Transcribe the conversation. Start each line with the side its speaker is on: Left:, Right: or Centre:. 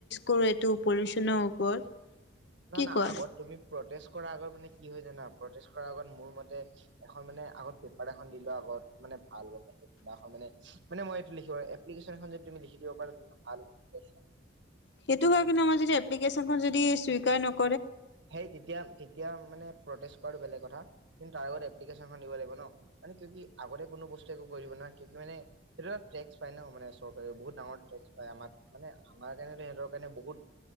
Left: কৰ এইটো পলিচনৰ ওপৰত। কি
Right: না-না
Left: কোৱা?
Right: আগত তুমি প্ৰটেচ কৰাৰ আগত মানে কি হয় জানা প্ৰটেচ কৰাৰ আগত মোৰ মতে এখ মানে আগত পেপাৰ এখন দিলোৱা আগত মানে ভাল পাইছে কিবা এখন মানে মানে মই এইটো লিখিব এপ প্লিকেশন এখন যদি তুমি লিখি দিব পাৰা তেনে ভাল হৈছা।
Left: সেটো হয় কিন্তু আমা যদি এপ্লিকেশ্যনখন যদি স্বুইকাৰ নক
Right: হেই তেতিয়া তে তিয়া মানে প্ৰটেচ কৰাটো বেলেগ কথা কিন্তু তাৰ আগত এপ্লিকেশ্যনখন দিব লাগিব ন। মানে কিউকি আগতে কোনো বস্তু একো কইব নৱাই কিউকি মানে হেটো টেক্স পায় ন মানে চৰকাৰেও বহুত ডাঙৰ টেক্স পায় আমাৰ মানে আমাৰ কাৰণেতো সিহতৰ কাৰণে বহুত,